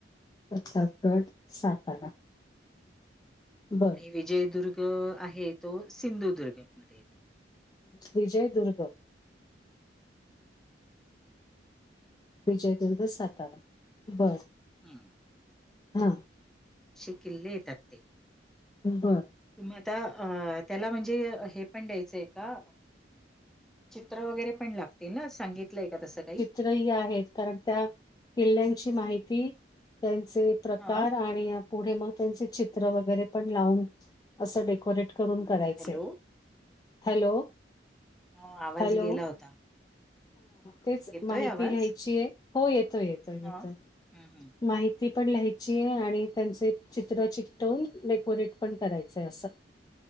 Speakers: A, on the left; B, in the centre.
A: प्रतापगड सातारा बरं.
B: विजयदुर्ग आहे तो सिंधुदुर्ग मध्ये येतो.
A: विजयदुर्ग. विजयदुर्ग सातारा बरं.
B: हम्म,
A: हा.
B: अशे किल्ले येतात ते.
A: बरं.
B: तुम्हा आता अ त्याला म्हणजे हे पण द्यायचंय का? चित्र वगैरे पण लागते ना सांगितलंय का तसं काही.
A: तरी हे आहेत कारण त्या किल्ल्याची माहिती त्यांचे - प्रकार
B: हा
A: आणि पुढे मग त्यांचे चित्र वगैरे पण लावून असं डेकोरेट - करून करायच
B: हॅलो.
A: हॅलो!
B: हो आवाज
A: हॅलो.
B: गेला होता.
A: तेच
B: येतोय
A: माहिती
B: आवाज
A: लिहायची आहे हो येतोय येतो येतोय
B: हा. हम्म हम्म
A: माहिती. ती पण लिहायची आहे आणि त्यांचे चित्र चिकटवून डेकोरेट पण करायचंय असं.